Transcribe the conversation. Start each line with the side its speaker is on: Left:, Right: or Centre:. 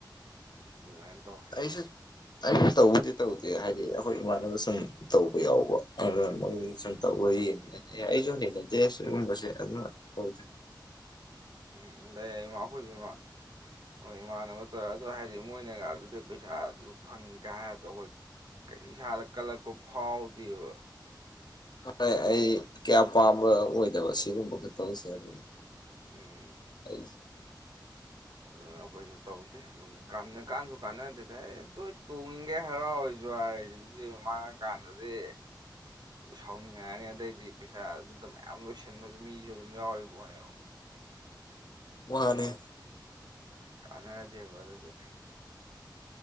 Right: ꯎꯝ ꯑꯗꯨꯃꯥꯏ ꯇꯧ
Left: ꯑꯩꯁꯨ ꯑꯁꯨ ꯇꯧꯕꯗꯤ ꯇꯧꯗꯦ ꯍꯥꯏꯗꯤ ꯑꯩꯈꯣꯏ ꯏꯃꯥꯟꯅꯕ ꯁꯨꯝ ꯇꯧꯕ ꯌꯥꯎꯕ ꯑꯗ ꯃꯣꯏ ꯁꯨꯝ ꯇꯧꯕ ꯌꯦꯡꯉꯤꯅ‌ꯦ ꯑꯦ ꯑꯩꯁꯨ ꯍꯩꯅꯗꯦ ꯁꯤꯒꯨꯝꯕꯁꯦ ꯑꯗꯨꯅ ꯇꯧꯗ‌ꯦ
Right: ꯎꯝ ꯂꯩ ꯃꯥꯈꯣꯏꯁꯨ ꯃ ꯍꯣꯏ ꯏꯃꯥꯟꯅꯕ ꯇꯧꯔꯦ ꯑꯗꯣ ꯍꯥꯏꯗꯤ ꯃꯣꯏꯅꯒ ꯑꯗꯨꯗ ꯄꯩꯁꯥ ꯑꯗꯨ ꯐꯪꯉꯤꯒ ꯍꯥꯏ ꯇꯧ ꯀꯩ ꯏꯁꯥꯗ ꯀꯜꯂꯛꯄ ꯐꯥꯎꯗꯦꯕ
Left: ꯍꯣꯏ ꯑꯩ ꯀꯌꯥ ꯄꯥꯝꯕ ꯑꯣꯏꯗꯕ ꯁꯤꯒꯨꯝꯕ ꯈꯨꯇꯧꯁꯦ ꯑꯗꯨꯅ
Right: ꯎꯝ
Left: ꯑꯩ
Right: ꯑꯗꯨꯅ ꯑꯩꯈꯣꯏꯁꯨ ꯇꯧꯗꯦ ꯀ ꯀꯥꯟꯁꯨ ꯀꯥꯟꯅꯗꯦꯗ ꯍ‌ꯦ ꯂꯣꯏ ꯇꯣꯡꯉꯤꯒꯩ ꯍꯔꯥꯎꯋꯤꯖꯨ ꯍꯥꯏ ꯁꯤꯗꯤ ꯃꯥꯡ ꯀꯥꯟꯗꯗꯤ ꯁꯥꯎꯅꯤꯡꯉꯛꯑꯅꯤ ꯑꯗꯩꯗꯤ ꯄꯩꯁꯥ ꯑꯗꯨꯗ ꯃꯌꯥꯝ ꯂꯣꯏꯁꯤꯟꯕꯁꯨ ꯃꯤꯁꯨ ꯑꯗꯨꯝ ꯌꯥꯎꯔꯤ ꯄ‌ꯣꯠꯅꯦꯕ
Left: ꯋꯥꯅ‌ꯦ
Right: ꯀꯥꯟꯅꯗ‌ꯦꯕ ꯑꯗꯨꯗꯤ